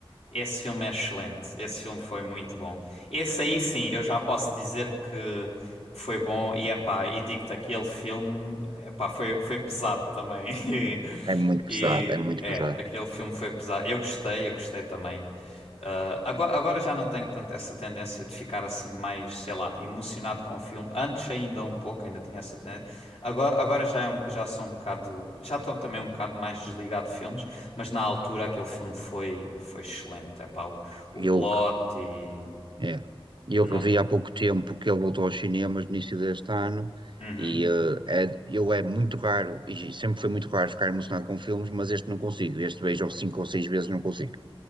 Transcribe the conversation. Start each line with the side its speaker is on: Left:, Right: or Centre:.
Left: esse filme é excelente. Esse filme foi muito bom. Esse aí, sim, eu já posso dizer que, que foi bom. E, epá, e digo-te, aquele filme, epá, foi, foi pesado também. <laughs>
Right: é muito pesado,
Left: E,
Right: é muito
Left: e, é,
Right: pesado.
Left: aquele filme foi pesado. Eu gostei, eu gostei também. Uh, agora, agora já não tenho tanto essa tendência de ficar assim mais, sei lá, emocionado com o filme. Antes ainda um pouco, ainda tinha essa tendência. Agora, agora já, é um- já sou um bocado, já estou também um bocado mais desligado de filmes, mas na altura aquele filme foi, foi excelente. É pá, o, o
Right: Eu
Left: plot e
Right: É. Eu
Left: não.
Right: revi há pouco tempo que ele voltou aos cinemas no início deste ano
Left: Uhum,
Right: e eh, é, eu é muito raro, e sempre foi muito raro ficar emocionado com filmes, mas este não consigo. Este vejo cinco ou seis vezes, não consigo.